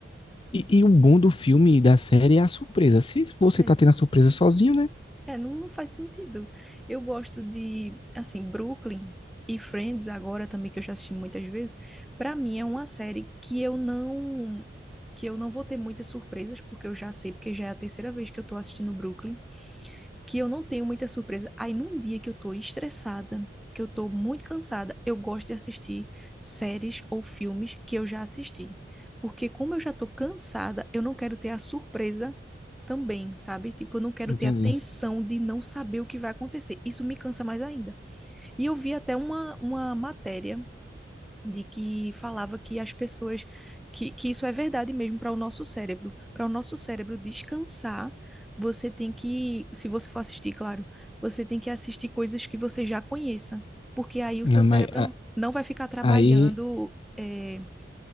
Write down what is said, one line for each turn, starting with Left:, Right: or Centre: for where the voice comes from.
Left: e, e o bom do filme e da série é a surpresa. Se você
Centre: É,
Left: tá tendo a surpresa sozinho, né?
Centre: é, não, não faz sentido. Eu gosto de, assim, Brooklyn e Friends agora também, que eu já assisti muitas vezes, pra mim é uma série que eu não que eu não vou ter muitas surpresas, porque eu já sei, porque já é a terceira vez que eu tô assistindo Brooklyn. que eu não tenho muita surpresa. Aí num dia que eu tô estressada, que eu tô muito cansada, eu gosto de assistir séries ou filmes que eu já assisti. Porque como eu já tô cansada, eu não quero ter a surpresa também, sabe? Tipo, eu não quero
Left: Entendi.
Centre: ter a tensão de não saber o que vai acontecer. Isso me cansa mais ainda. E eu vi até uma, uma matéria de que falava que as pessoas que, que isso é verdade mesmo para o nosso cérebro. Para o nosso cérebro descansar, você tem que, se você for assistir, claro, você tem que assistir coisas que você já conheça, porque aí
Left: Não,
Centre: o seu cérebro
Left: mas a-
Centre: não vai ficar trabalhando.
Left: aí.
Centre: é,